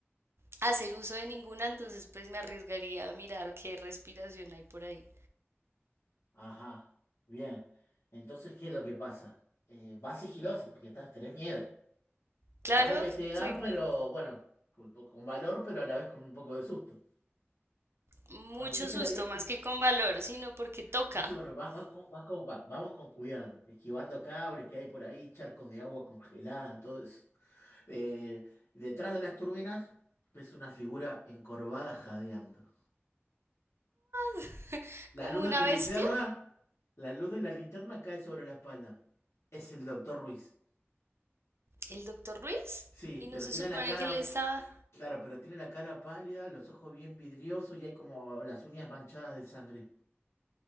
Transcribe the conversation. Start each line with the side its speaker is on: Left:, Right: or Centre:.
Right: hacer uso de ninguna, entonces pues me arriesgaría a mirar qué respiración hay por ahí.
Left: ajá. Bien. Entonces, ¿qué es lo que pasa? Eh, vas sigiloso porque estás, tenés miedo.
Right: Claro,
Left: Vas a investigar,
Right: soy mu-
Left: pero bueno, con, con valor, pero a la vez con un poco de susto.
Right: mucho
Left: Bueno, entonces
Right: susto,
Left: la idea es que,
Right: más que con valor, sino porque toca,
Left: entonces bueno, vas, vas con- vas con- va- vamos con cuidado, esquivando cables que hay por ahí, charcos de agua congelada, todo eso. Eh, detrás de las turbinas ves una figura encorvada jadeando.
Right: <laughs>
Left: La
Right: como
Left: luz
Right: una
Left: de tu
Right: bestia,
Left: linterna, la luz de la linterna cae sobre la espalda. Es el doctor Ruiz.
Right: el doctor Ruiz,
Left: Sí,
Right: y no
Left: pero
Right: se
Left: tiene
Right: supone
Left: la cara,
Right: que le estaba,
Left: claro, pero tiene la cara pálida, los ojos bien vidriosos y hay como las uñas manchadas de sangre.